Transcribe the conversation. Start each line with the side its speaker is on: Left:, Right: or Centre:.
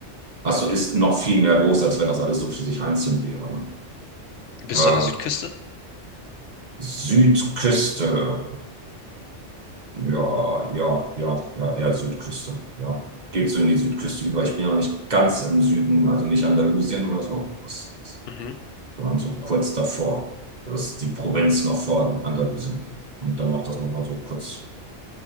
Right: also ist noch viel mehr los, als wenn das alles so für sich einzeln wäre. Ne?
Left: Bist
Right: Äh,
Left: du an der Südküste?
Right: Südküste. Ja, ja, ja, ja, eher Südküste. Ja. Geht so in die Südküste über. Ich bin ja nicht ganz im Süden, also nicht Andalusien oder so, das-
Left: Mhm.
Right: sondern so kurz davor. Das ist die Provinz noch vor Andalusien. Und dann macht das nochmal so kurz.